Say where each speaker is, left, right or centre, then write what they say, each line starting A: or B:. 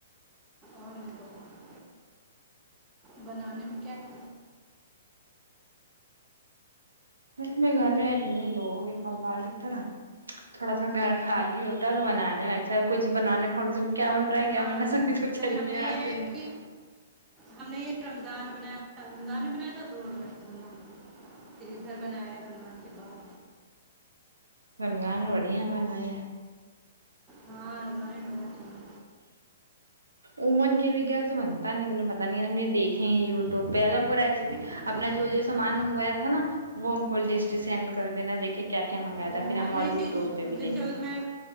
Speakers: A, on the right (about 20°); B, on the right (about 80°).
A: اور نہیں ب بنانے میں کیا ہے
B: وسے گھر میں اتنے لوگ کباڑ ایک طرح تھوڑا سا گھر خالی ہوتا تو بنانے میں ایچھا کچھ بنانے کھولے سے کیا بن رہا ہے کیا
A: ہاں
B: بن رہا سبھی تو چلنے
A: نہیں ہم نے یہ
B: آتے ہیں
A: کہ ہم نے یہ رمضان بنایا رمضان میں بنایا تھا دو اگست رمض پھر ادھر بنایا رمضان کے بعد
B: گنگا بھی بڑیا اننا ہی
A: ہاں اللہ بھی م
B: امن کے بھی گر تو بنتا نہیں تیں پتا نہیں کہ ہم یہ دیکھیں ہیں وٹیوب پہ ہم کو ریسیپی
A: ہاں، بنا
B: اپنا جو
A: لیتے
B: جو سامان
A: ہیں
B: منگوایا تھا نا وہ ہم کو ڈ سینڈ کر د نا دیکے کیا کیا منگایا
A: ہم
B: تھا پھر
A: نے
B: اور یوٹیوب
A: جیس
B: پہ بھی دیکھ
A: سے
B: لیں
A: میں